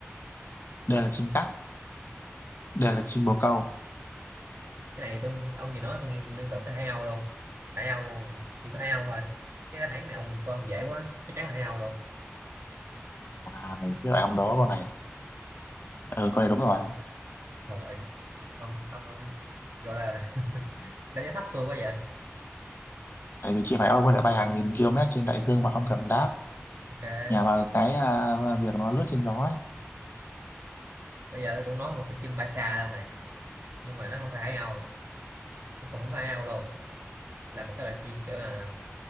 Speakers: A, on the left (about 55°); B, on the right (about 65°).
A: D là chim cắt D là chim bồ câu
B: cái này tôi ông vừa nói tôi liên liên tưởng tới Hải Âu luôn Hải Âu chỉ có Hải Âu thôi cái đáp án này ông của ông dễ quá chắc chắn là Hải Âu luôn
A: à, cái loại ông đó con này ừ con này đúng rồi
B: trời ông ông ông gọi là <laughs> đánh giá thấp tôi quá vậy
A: tại vì chị Hải Âu có thể bay hàng nghìn km trên đại dương mà không cần đáp
B: ok
A: nhờ vào cái à, việc nó lướt trên gió ấy.
B: bây giờ tôi cũng nói một cái chim bay xa luôn này nhưng mà nó không phải Hải Âu nó còn không có Hải Âu luôn là một cái loại chim kiểu là